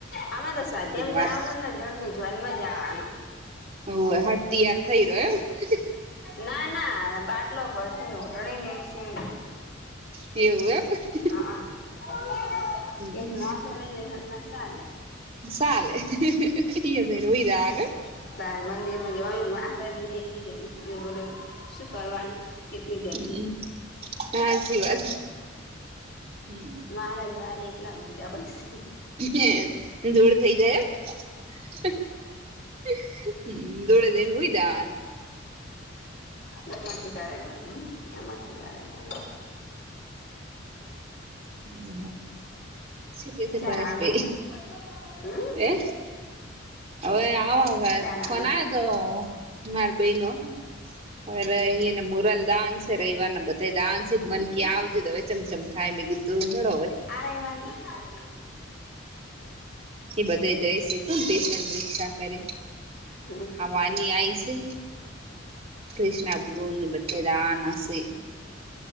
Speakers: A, on the left; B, on the right.
A: આમાં તો સ્વાધ્યમ જવાનું
B: વાત
A: ને જોન ને જોન્મ જાવાનું
B: હવ હડતીયાર થઈ રહ્યો એમ
A: ના ના બાટલો પડશે નોટણી લેસી
B: એવું એ
A: હા હા
B: હમ
A: એક માસો લઈ લેહે એટલે સાલે
B: સાલે <unintelligible>
A: તાર મંદિર માં જવાનું મહારાજ ને એવડી જમ બોલો શું કરવાનું કેટલી જગ્યા
B: હમ હાચી વાત હમ
A: મહારાજ <unintelligible>
B: હે દૂડ થઈ જાય એમ હમ દોડદેનું હોય દાન
A: એમાંથી કરેલો હે એમાંથી કરેલો હે
B: હમ હમ શું કે છે
A: ચાર
B: પરેશભાઈ
A: આબુ હે હમ
B: એ અવે આ વખત
A: ચાર
B: ફોન
A: આબુ
B: આયો તો માર બઈ નો અરે એ નમ મુરલ દાન્સ રઈવા નમ બત દાન્સદ મનકીયા આવદ દવે ચમચમ થાય મેં કીધું હળોવે
A: આરાવાની
B: હમ એ બધ જઈ છે, કોણ પેશલ રિકક્ષા કરીે
A: હા
B: વાની આય છે કૃષ્ણા ભગવન ની બધા રાહના છે.